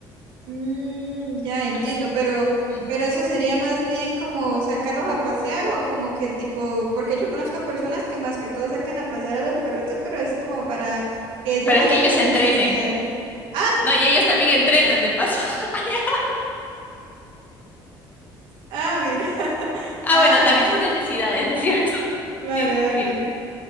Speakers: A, on the right (about 70°); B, on the left (about 20°).
A: Mm, ya entiendo,
B: así,
A: pero,
B: ujú,
A: pero eso sería más bien como sacarlos a pasear o como que tipo, porque yo conozco personas que más que todo sacan a pasear a los perritos, pero es como para que ellos
B: Para
A: hagan
B: que ellos
A: sus
B: se
A: necesidades.
B: entrenen.
A: Ah,
B: No, y ellos también entrenan, de paso. <laughs>
A: ah, mira. <laughs>
B: Ah,
A: Ah,
B: bueno, también sus necesidades, es cierto. <laughs>
A: vale,
B: Sí, sí,
A: vale.
B: sí.